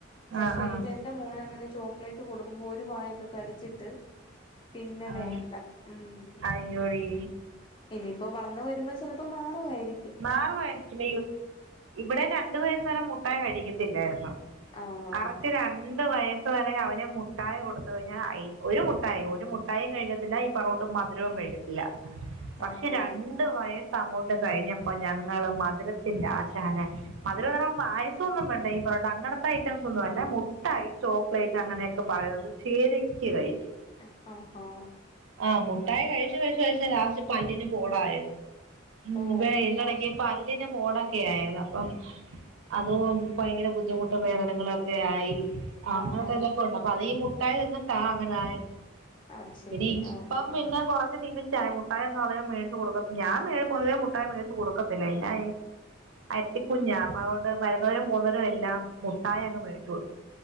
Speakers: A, on the left; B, on the right.
A: പക്ഷെ
B: ആഹ് ആഹ്
A: ഇത് എന്റെ മോന് അങ്ങനെ ചോക്ലേറ്റ് കൊടുക്കുമ്പോ ഒരു വായൊക്കെ കടിച്ചിട്ട് പിന്നെ
B: ആഹ്
A: വേണ്ട ഉം
B: അയ്യോടി
A: ഇനിപ്പോ വളന്ന് വര ചെലപ്പം മാറു <unintelligible>
B: മാറുവായിരിക്കും ഇവിടെ രണ്ട് വയസ്സുവരെ മു മുട്ടായി കഴിക്കാതില്ലായിരുന്നു
A: ആഹ്
B: കറക്റ്റ് രണ്ട് വയസ് വയസുവരെ അവന് മുട്ടായി കൊടുത് കഴിഞ്ഞാൽ ഒരു മുട്ടായി ഒരു മുട്ടായും കഴിക്കത്തില്ല ഇപ്പ ർന്നൂട്ടം മധുരവും കഴിക്കത്തില്ല പക്ഷെ
A: ആഹാ
B: രണ്ട് വയ അങ്ങോട്ട് കഴിഞ്ഞ അപ്പൊ ഞങ്ങള് മധുരത്തിന്റെ ആശന് മധുരം <unintelligible> പായസന്നും വേണ്ട ഈ പറഞ്ഞ അങ്ങനത്തെ ഐറ്റംസ് ഒന്നുമല്ല മു മുട്ടായി ചോക്ലേറ്റ് അങ്ങനെയൊക്കെ പറയുന്നത് ശരിക്ക് കഴിക്കും
A: ആ ആ
B: ആ മുഠായി കഴിച്ചു കഴിച്ചു കഴിച്ച ലാസ്റ്റ് പല്ലിന് പോടായത് ഉം
A: ഓ
B: പല്ലിന്റെ പോടൊക്കെ ആയിരുന്നു. അപ്പം അതും ഭയങ്കര ബുദ്ധിമുട്ടും വേദനങ്ങളൊക്കെ ആയി അങ്ങോട്ടേക്ക്തൊക്കെ
A: ആഹാ
B: ഉണ്ട് അപ്പൊ അവ ഈ മു ട്ടായി തിന്നിട്ടാ അങ്ങനെ ആയത്
A: അത് ശരി
B: ഇനി
A: ആഹാ
B: ഇപ്പം പിന്നെ കൊറച്ച് ലിമിറ്റയി മുട്ടായി ഒന്നും അധികം കൊടുക്ക ഞാൻ മേ പൊതുവേ മുട്ടായി മേ കൊടുക്കത്തില്ല എന്നാ ത്തികുഞ്ഞ അപ്പ അതോണ്ട് വരുന്നവരും പോകുന്നവരും എല്ലാം മുട്ടായി അങ്ങ് മേടിച്ചു കൊടുക്കും